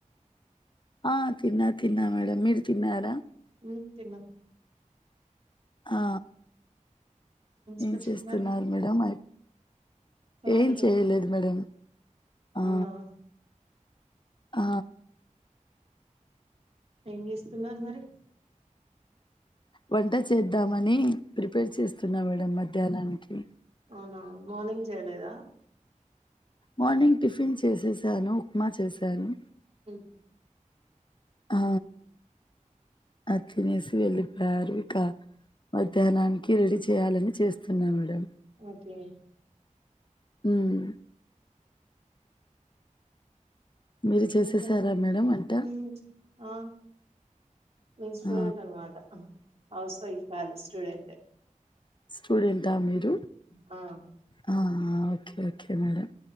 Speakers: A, on the left; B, on the right.
A: ఆ తిన్నా తిన్నా మేడం మీరు తిన్నారా
B: మ్మ్ తిన్నం
A: ఆ ఏం
B: స్పెషల్
A: చేస్తున్నారు
B: మరి
A: మేడం అయి
B: ఖాళీయే
A: ఏం చేయలేదు మేడం ఆ
B: అవునా
A: ఆ
B: ఏం చేస్తున్నారు మరి
A: వంట చేద్దామని ప్రిపేర్ చేస్తున్నా మేడం మధ్యాహ్నానికి
B: అవునా మార్నింగ్ చేయలేదా
A: మార్నింగ్ టిఫిన్ చేసేసాను ఉప్మా చేశాను
B: మ్మ్ హ్మ్
A: ఆ అది తినేసి వెళ్ళిపోయారు ఇక మధ్యాహ్నానికి రెడీ చేయాలని చేస్తున్నా మేడం
B: ఓకే
A: మ్మ్ మీరు చేసేసారా
B: ఇంకా
A: మేడం వంట
B: <inaudible> ఆ నేను స్టూడెంట్
A: ఆ,
B: అన్నమాట హౌస్ వైఫ్ కాదు స్టూడెంటే
A: స్టూడెంట్ ఆ మీరు
B: అవును
A: ఆ ఓకే ఓకే మేడం